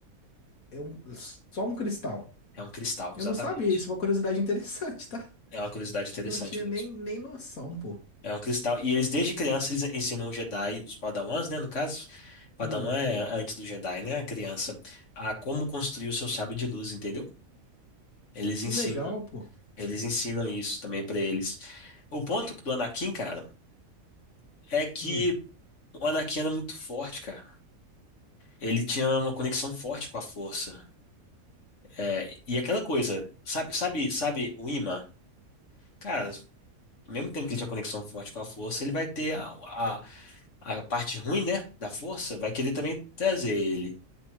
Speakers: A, on the left; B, on the left.
A: É um- só um cristal.
B: É um cristal,
A: Eu
B: exatamente.
A: não sabia, isso é uma curiosidade <laughs> interessante, tá?
B: É uma curiosidade interessante
A: Não tinha
B: mesmo.
A: nem, nem noção, pô.
B: É um cristal. E eles, desde criança, eles ensinam os Jedi, os Padawans, né? No caso, Padawan
A: Hum,
B: é antes do Jedi, né? A criança, a como construir o seu sábio de luz, entendeu? Eles
A: que
B: ensinam,
A: legal, pô.
B: eles ensinam isso também pra eles. O ponto do Anakin, cara, é que
A: Hum.
B: o Anakin era muito forte, cara. Ele tinha uma conexão forte com a força. É, e aquela coisa, sabe, sabe, sabe o imã? Cara, ao mesmo tempo que ele tinha conexão forte com a força, ele vai ter a, a parte ruim, né, da força, vai querer também trazer ele.